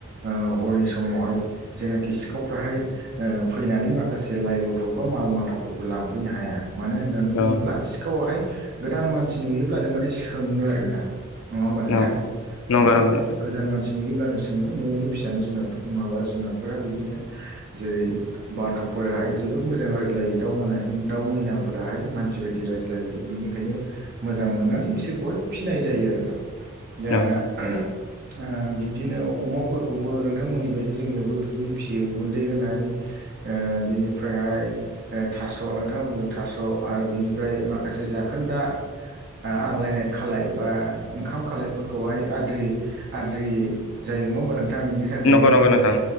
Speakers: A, on the right (about 45°); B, on the left (about 60°).
A: ओ हरनि समावहाय जेनाखि सिखावफ्राहाय ओ फैनानै माखासे जे लाय लथर बा माल माथाफोरखौ लांफैनो हाया मानो होननानै
B: अ
A: बुङोब्ला सिखावाहाय गोदान मानसि नुयोब्लानो माने सोंङो आरोना नङा होमबा नोंथां
B: अ
A: ओ
B: नंगौ नंगौ नोंथां
A: गोदान मान सि नुयोब्लानो सोंङो न'नि फिसानो जुनाद माबा जुनादफोरा बिबदिनो जेरै बाथ' फोराहाय जोबोद मोजां रायज्लायो दाउ दाउ मैनाफोराहाय मानसि बायदि रायज्लायो बेनिखायनो मोजां मोननानै बिसोरखौहाय फिनाय जायो आरोना
B: औ
A: दा
B: औ
A: ओ बिब्दिनो अमाफोरखौबो नोंथांमोननि बायदि जोंनियावबो बिदिनो फियो गुन्दै होनाय ओ बिनिफ्रायहाय ओ थास' नोंथाङा बुंदों थास' आरो बिनिफ्राय माखासे जाखोन्दा ओ आग्लायनाय खालाय बा ओंखाम खालायफोरखौहाय आद्रि आद्रि जायो नङा होमबा नोंथां बिनि थाखायनो
B: नंगौ नंगौ
A: जोङो
B: नोंथां